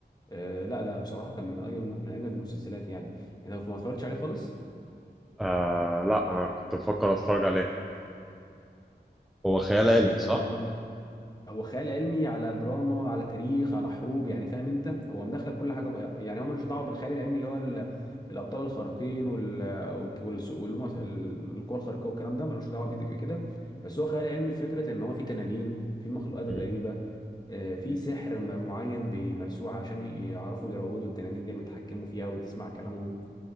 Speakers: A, on the left; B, in the centre.
A: آه، لا لا بصراحه كان من اجمل من اجمد المسلسلات يعني انت ما اتفرجتش عليه خالص
B: آه لا أنا كنت بفكر أتفرج عليه هو خيال علمي
A: إيه،
B: صح؟
A: طب لا انا هو خيال علمي على دراما على تاريخ على حروب يعني فاهم انت هو مدخل كل حاجه بقى. يعني هو ملوش دعوه بالخيال العلمي اللي هو ال- الابطال الخارقين وال والس- واللي هم ال- القوى الخارقه والكلام ده ملوش دعوه بيه كده بس هو خيال علمي في فكره ان هو في تنانين في مخلوقات غريبه
B: مم.
A: آه، في سحر م- معين بيمارسوه عشان ي- يعرفوا يروضوا التنانين دي ويتحكموا فيها وتسمع كلامهم